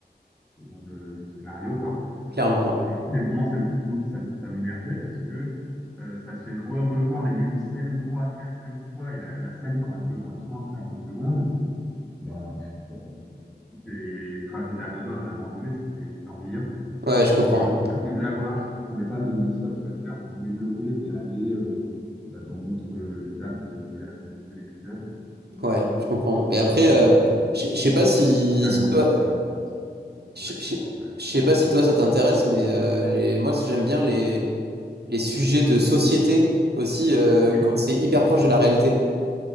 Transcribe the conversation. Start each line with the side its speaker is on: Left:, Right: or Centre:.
Centre: selon le, le scénario, quoi.
Right: clairement, ouais.
Centre: Et du coup, des moments, ça me fou- ça, ça m'énervait parce que euh, ça te fait re-revoir les mêmes scènes 3 4 5 fois et la, la scène, quand elle dure 30 50 secondes, ben, pff, c'est- enfin, j'étais à deux doigts d'abandonner, c'était c'était ennuyant.
Right: Ouais, je comprends.
Centre: Et je voulais l'avoir, je trouvais pas le, le choix qu'il fallait faire pour me débloquer et aller euh, bah, dans d'autres euh, étapes de, de la- de l'épisode.
Right: Ouais, je comprends. Et après,
Centre: Voilà,
Right: euh,
Centre: donc
Right: je je sais pas si,
Centre: j'ai adoré
Right: si toi,
Centre: après, hein, Black
Right: je je-
Centre: Mirror quand même.
Right: je sais pas si toi ça t'intéresse, mais euh, les, moi j'aime bien les, les sujets de société aussi euh,
Centre: Oui,
Right: quand c'est hyper proche de la réalité.